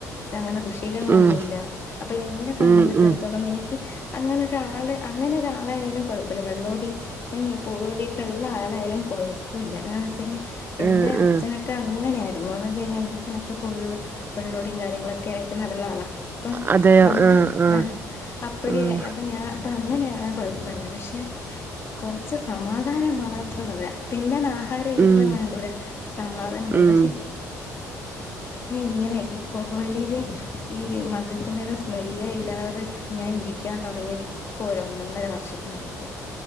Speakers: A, on the left; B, on the right.
A: അങ്ങനെ ദുശീലങ്ങളൊന്നുമല്ല
B: ഉം
A: അപ്പൊ എന്നെ സംബന്ധിച്ചിടത്തോളം
B: ഉം ഉം
A: എനിക്ക് അങ്ങനെൊരാൾ അങ്ങനെൊരാളായാലും കുഴപ്പമില്ല വെള്ളോടി പൂവോലിയൊക്കെ ഉള്ള ആളായാലും കുഴപ്പമില്ലന്ന് വെച്ച് കഴിഞ്ഞാൽ
B: ആഹ്
A: എന്റെ
B: ആഹ്
A: അച്ഛനൊക്കെ അങ്ങനെയായി ന്ന് വെ കഴിഞ്ഞാ എന്റെറെനക്ക് ഫള് വള്ളോടും കാര്യങ്ങളൊക്കെ ആയിട്ട് നടന്നാളാം
B: അതെ ആഹ്
A: നമക്ക്
B: ആഹ്
A: ആ അപ്പഴേ
B: ആഹ്
A: അപ്പൊ ഞാൻ അപ്പ അങ്ങനെയണ കുഴപ്പല്ല പക്ഷെ കുറച്ച് സമാധാനം മാത്രം തിന്നനാ ല്ലെങ്കിലും
B: ഉം
A: വേണ്ടല സമാധാന മതി
B: ഉം
A: പക്ഷെ ഇങ്ങനെഈ പൊോലെ ഈ ആദ്യത്തിറേത സ്മെല് ഇല്ലാതെ ഞാൻ ഇരിക്കാൻ തുടങ്ങിയത് ഇപ്പോൊ ഒരു ഒന്നൊന്നര വർഷത്തിനിടയ്ക്ക്ാണ്